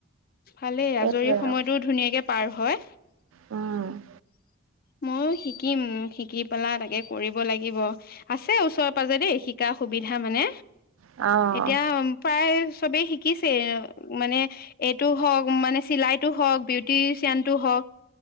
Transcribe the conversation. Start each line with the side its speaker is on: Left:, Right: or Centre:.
Left: ভালেই
Right: সেইটোৱে
Left: আজৰি সময়ত
Right: আৰু
Left: এনেকে পাৰ হয়
Right: উম
Left: ময়ো শিকিম শিকি পেলা তাকে কৰিব লাগিব আছে ওচৰৰ পাজৰে দেই শিকা সুবিধা মানে
Right: অ',
Left: এতিয়া প্ৰায় চবেই শিকিইছে মানে এইটো হওঁক মানে চিলাইত অঁহ বিউটি চাইন তো হওঁক।